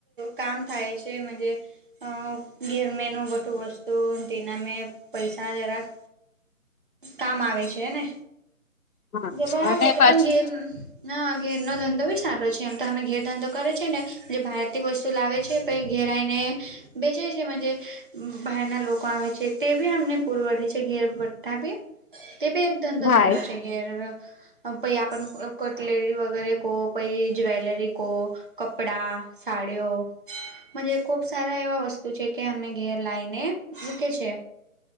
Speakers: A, on the right (about 35°); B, on the left (about 80°).
A: કામ થાય છે મુજે અ ઘેર મેનું બટું વસ્તુ તેના મે પૈસા જરાક કામ આવે છે ને.
B: હા
A: જે બરાબર
B: અને પાછું
A: પણ ઘેર ના ઘેર નો ધંધો બી સારો છે એમ તો અમે ઘેર ધંધો કરે છે ને. જે બહારથી વસ્તુ લાવે છે પછી ઘેર આયને બેચે છે મુજે બહારના લોકો આવે છે તે બી અમને પૂરવડે છે ઘેર ભઠા બી તે બી એક ધંધો
B: હા
A: સારો છે કે પહિ આપનું કટલેરી વગેરે કો પહી જ્વેલરી કો કપડાં સાડિઓ મુજે ખુબ સારા એવા વસ્તુ છે કે અમે ઘેર લાયને મૂકે છે.